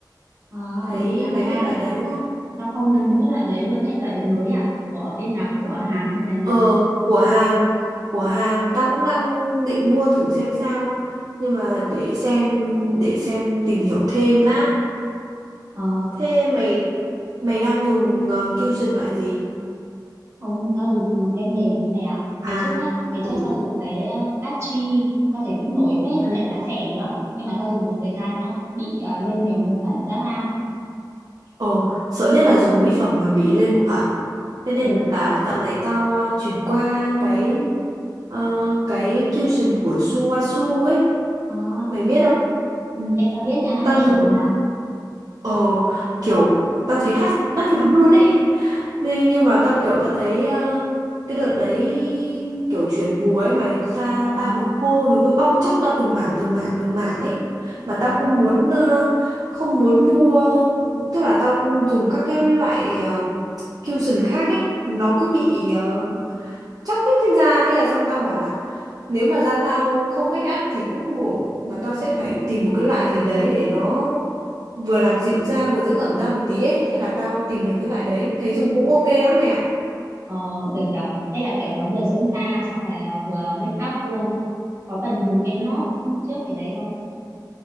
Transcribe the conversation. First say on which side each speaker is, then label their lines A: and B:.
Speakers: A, on the right; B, on the right.
A: Ờ,
B: thấy
A: đề A3
B: mày biết loại
A: hả
B: đấy đúng không
A: tao không
B: Ừ.
A: tao không biết loại đấy luôn ấy loại đấy mới à của bên nào của Hàn hay là Nhật
B: Ờ, của Hàn, của Hàn ta cũng đang định mua thử xem sao, nhưng mà để xem để xem tìm hiểu thêm đã.
A: ờ
B: Thế mày mày đang dùng uh, Cushion loại gì?
A: Không, tao dùng ờ, kem nền thôi mày ạ.
B: À,
A: Ngày trước ấy, ngày trước
B: ừ.
A: tao dùng cái uh, Cachi, tao thấy cũng nổi phết,
B: Ừ.
A: lại giá rẻ nữa. Nhưng mà tao dùng một thời gian nhá, bị ờ, lên nhiều mụn ẩn dã man.
B: Ờ, sợ nhất là dùng mỹ phẩm mà bị lên mụn ẩn. Thế nên
A: Ừ,
B: là dạo này tao ờ, chuyển qua cái ờ, cái Cushion của suasu ấy,
A: à,
B: mày biết không? Ừ.
A: em tao biết nhà hãng
B: Tao
A: ấy nổi
B: dùng
A: mà.
B: Ờ, kiểu tao thấy đắt đắt lắm luôn ấy. Nên nhưng mà tao kiểu tao thấy ờ, cái đợt đấy kiểu chuyển mùa ấy mày da
A: Ờ,
B: tao nó khô nó cứ bong tróc ra từng mảng từng mảng từng mảng ấy
A: ờ,
B: mà tao không muốn ờ, không muốn mua tức là tao dùng các cái loại ờ, cushion khác ấy nó cứ bị ờ, tróc hết trên da thế là xong tao bảo là nếu mà da tao không make up thì cũng không ổn mà tao sẽ phải tìm một cái loại gì đấy để nó vừa làm dịu da vừa dưỡng ẩm da một tí ấy thế là tao tìm được cái loại đấy thấy dùng cũng ok lắm mẹ ạ
A: ờ, được chưa? Thế là kiểu nó vừa dưỡng da, xong rồi ờ, vừa make up luôn đấy. Có cần dùng kem
B: Ừ.
A: lót trước cái đấy không?